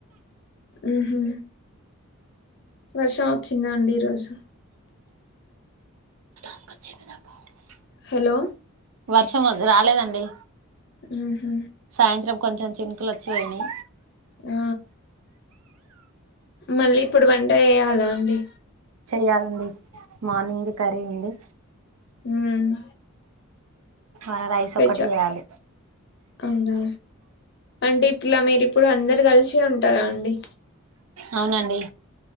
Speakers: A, on the left; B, on the right.
A: ఊహు వర్షం వచ్చిందా అండి ఈ రోజు
B: <unintelligible>
A: హలో
B: వర్షం వస్ రాలేదండి
A: ఊహు
B: సాయంత్రం కొంచెం చినుకులు అచ్చి పోయినై.
A: ఆ, మళ్లీ ఇప్పుడు వంట చేయాలా అండి.
B: చెయ్యలండి, మార్నింగ్ కర్రీ ఉంది.
A: ఉమ్మ్
B: ఆ రైస్ ఒకటి
A: చ
B: జేయాలి.
A: అవునా, అంటే ఇట్లా మీరు ఇప్పుడు అందరు గలిసే ఉంటారా అండి.
B: అవునండి.